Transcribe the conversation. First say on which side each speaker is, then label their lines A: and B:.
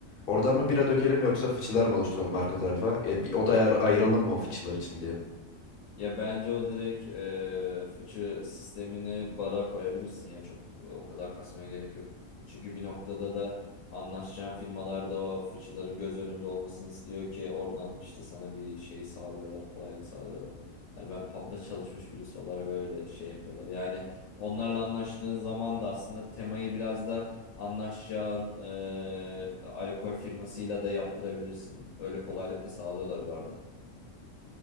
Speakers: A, on the left (about 50°); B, on the left (about 75°).
A: oradan mı bira dökelim yoksa fıçılar mı oluşturalım arka tarafa? Ya bir oda ayar- ayıralım mı o fıçılar için diye.
B: Ya bence o direkt eee, fıçı sistemini bara koyabilirsin ya çok o kadar kasmaya gerek yok. Çünkü bir noktada da anlaşacağın firmalarda o fıçıların göz önünde olmasını istiyor ki oradan işte sana bir şey sağlıyorlar, kolaylık sağlıyorlar. Yani ben pub'da çalışmış birisi olarak öyle şey yapıyorlar. Yani onlarla anlaştığın zaman da aslında temayı biraz da anlaşacağın eee, alkol firmasıyla da yaptırabilirsin. Öyle kolaylık da sağlıyorlar bu arada.